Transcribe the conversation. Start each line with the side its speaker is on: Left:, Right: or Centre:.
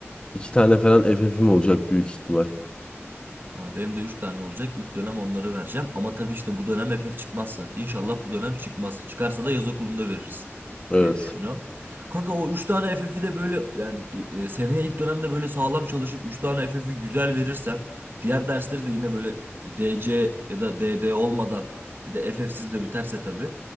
Left: iki tane falan FF'im olacak büyük ihtimal.
Right: ha, benim de 3 tane olacak. İlk dönem onları vereceğim. Ama tabii işte bu dönem FF çıkmazsa. İnşallah bu dönem çıkmaz. Çıkarsa da yaz okulunda veririz
Left: Evet.
Right: diye düşünüyorum. Kanka o 3 tane FF'i de böyle yani e, seneye ilk dönemde böyle sağlam çalışıp 3 tane FF'i güzel verirsem diğer dersleri de yine böyle DC ya da DD olmadan bir de FF'siz de biterse tabii.